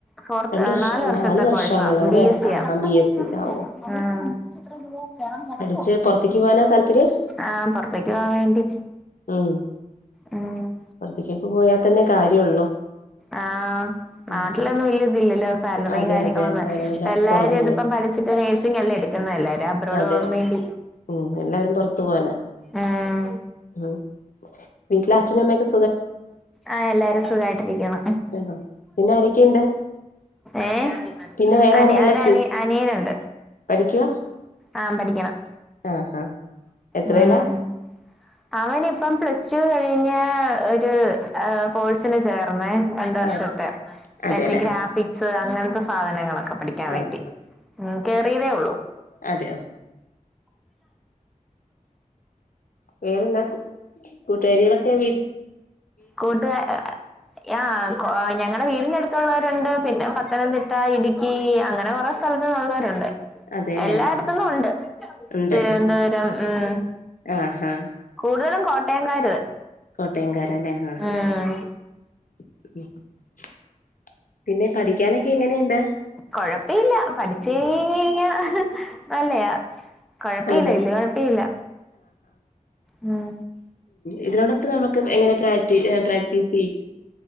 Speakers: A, in the centre; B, on the left (about 80°).
A: ഫോർത്ത്
B: രണ്ട് വർഷം
A: നാലു വർഷത്തെ
B: നാല് വർഷാണല്ലോ
A: കോഴ്സ
B: അല്ലെ
A: ബി എസ് ഇ
B: ആഹാ
A: ആ <unintelligible>
B: ബി എസ് സി ആവോ
A: കേറാൻ കെടക്കുവാ
B: പഠിച്ച് പുറത്തേക്ക് പോകാനാ താല്പര്യം
A: ആ പുറത്തേക്ക് പോവാൻ വേണ്ടി
B: ഉം
A: ഉം
B: പുറത്തേക്കൊക്കെ പോയാൽ തന്നെ കാര്യള്ളൂ
A: ആ നാട്ടിലൊന്നും
B: ഉം
A: വലിയ ഇത് സാലറിയ
B: അതെ
A: കാര്യങ്ങളൊന്നും
B: അതെ സ്ഥലം
A: ഇപ്പ
B: ക
A: എല്ലാരും
B: കുറവല്ലേ
A: ഇതിപ്പം പഠിച്ചിട്ട് നേഴ്സിങ്ങ് അല്ലേ എടുക്കുന്നെ എല്ലാരും എബ്രോട്
B: അതെ
A: പോവാൻ വേണ്ടി
B: ഉം എല്ലാവാരും പുറത്തു പോവാന
A: ഉം
B: ഉം വീട്ടിലെ അച്ഛനമ്മക്കെ
A: ആ എല്ലാരും സുഖായിട്ടിരിക്കണ്
B: ആഹ് പിന്നെ ആരൊക്കെയുണ്ട്
A: ഏ
B: പിന്നെ വേറെ
A: അനി
B: ആരാ ഉള്ളെ
A: അവന്
B: ചേ
A: അനിയനുണ്ട്
B: പഠിക്കുവാ
A: ആ പഠിക്കണം
B: ആഹാ എത്രയിലാ
A: ഉം അവനി ഇപ്പം പ്ലസ് ടു കഴിഞ്ഞ് ഒരു കോഴ്സിന് ചേർന്നേ രണ്ട് വർഷത്തെ
B: ആഹ് അതെല്ലേ
A: മറ്റേ ഗ്രാഫിക്സ്
B: ആഹ്
A: അങ്ങനത്തെ സാധനങ്ങളൊക്കെ പഠിക്കാൻ വേണ്ടി
B: ആഹ്
A: ഉം കേറിയതേ ഉള്ളൂ
B: അതെയോ വേറെന്താ കൂ കൂട്ടുകാരികളൊക്കെ വീട്
A: കൂട്ടുക ആ ഞങ്ങളെ വീട് അടുത്തുള്ളവരുണ്ട് പിന്നെ പത്തനംതിട്ട ഇടുക്കി അങ്ങനെ കുറെ സ്ഥലത്ത്ന്നുള്ളവരുണ്ട്
B: അതെല്ലേ
A: എല്ലായിടത്തുന്നും
B: ആഹാ
A: ഉണ്ട്
B: ഉണ്ട്
A: തിരുവന്തോരം ഉം
B: ആഹാ
A: കൂടുതലും കോട്ടയംക്കാര്
B: കോട്ടയംകാരല്ലേ ആഹാ
A: ഉം
B: <unintelligible> പിന്നെ പഠിക്കാനൊക്കെ എങ്ങനെയ്ണ്ട്
A: കൊഴപ്പയില്ല പഠിച്ച് കയിയിയിഞ്ഞ നല്ലയാ കുഴപ്പ
B: അതെ
A: ഇല്ല വല്ല്യ കുഴപ്പ ഇല്ല ഉം
B: ഇതിനോടക്കെ നമക്ക് എങ്ങനെ പ്രാക്ടി പ്രാക്ടീസ് ചെയ്